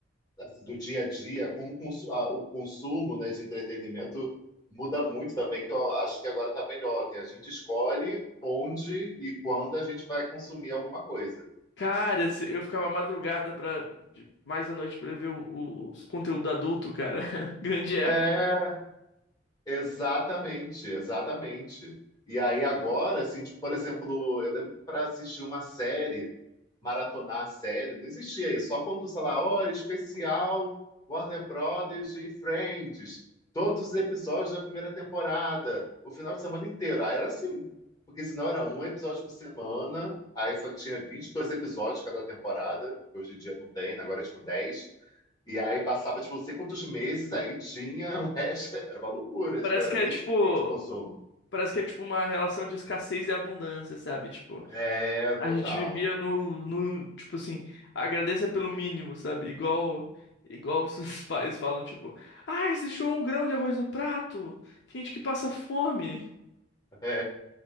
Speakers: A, on the left; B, on the left.
A: assim, do dia a dia, como o consu- a- o consumo, né, de entretenimento muda muito também, que eu acho que agora tá melhor, que a gente escolhe onde e quando a gente vai consumir alguma coisa.
B: Cara, se- eu ficava madrugada pra, de- mais à noite pra ver o, o- os conteúdo adulto, cara. <laughs> Grande época.
A: É, Exatamente, exatamente. E aí agora, assim, tipo, por exemplo, eu lembro que para assistir uma série, maratonar a série, não existia isso. Só quando, sei lá, hora especial, Warner Brothers e Friends, todos os episódios da primeira temporada, o final de semana inteiro. Aí era assim, porque senão era um episódio por semana, aí fa- tinha 22 episódios cada temporada, que hoje em dia não tem, né? agora é tipo 10. E aí passava, tipo, não sei quantos meses, aí tinha o resto. <laughs> Era uma loucura,
B: Parece
A: tipo, era
B: que é
A: bem
B: tipo,
A: diferente o consumo.
B: parece que é tipo uma relação de escassez e abundância, sabe? Tipo,
A: É,
B: A
A: total.
B: gente vivia no, no, tipo assim, agradeça pelo mínimo, sabe? Igual, igual os seus <laughs> pais falam, tipo, ah, deixou um grão de arroz no prato, tem gente que passa fome.
A: É, é,